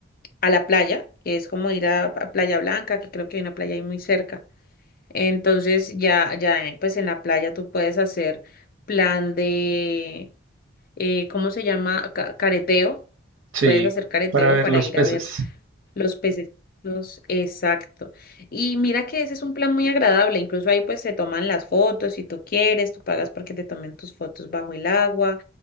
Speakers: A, on the left; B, on the right.
A: a la playa, que es como ir a, a Playa Blanca, que creo que hay una playa ahí muy cerca. Entonces, ya, ya, eh, pues en la playa tú puedes hacer plan de eh, ¿cómo se llama? Ca- careteo.
B: Sí,
A: Puedes hacer careteo
B: para ver
A: para
B: los
A: ir
B: peces.
A: a ver los pececitos, exacto. Y mira que ese es un plan muy agradable, incluso ahí pues se toman las fotos, si tú quieres, tú pagas porque te tomen tus fotos bajo el agua.